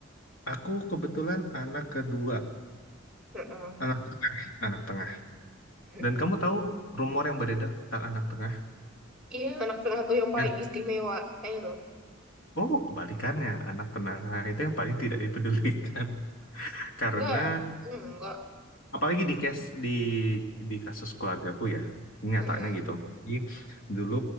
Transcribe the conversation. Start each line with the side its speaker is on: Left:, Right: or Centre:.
Left: Aku kebetulan anak kedua,
Centre: Mm-mm.
Left: anak anak tengah.
Centre: Mm-mm.
Left: Dan kamu tahu rumor yang beredar tentang anak tengah?
Centre: Iya, anak tengah tuh yang
Left: Ya,
Centre: paling istimewa. I know.
Left: oh kebalikannya, anak tengah Nah, itu yang paling tidak dipedulikan. <laughs> Karena
Centre: Enggak, enggak.
Left: apalagi di case di di kasus keluargaku ya, nyatanya
Centre: Mm-mm.
Left: gitu. Jadi dulu